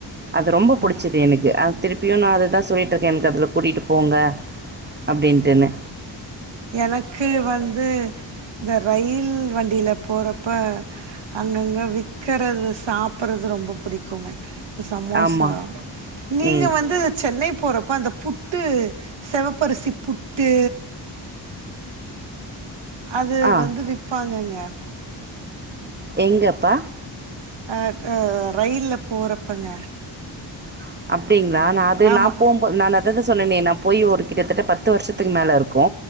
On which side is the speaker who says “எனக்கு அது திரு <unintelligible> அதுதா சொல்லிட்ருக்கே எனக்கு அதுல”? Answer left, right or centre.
Right